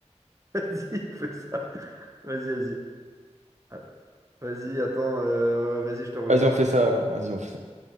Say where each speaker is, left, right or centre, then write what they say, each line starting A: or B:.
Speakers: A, on the right; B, on the right.
A: <laughs> Vas-y, fais ça. Vas-y, vas-y. Ah, Vas-y, attends. euh, vas-y, je te rejoins.
B: Vas-y, on fait ça. Vas-y, on fait ça.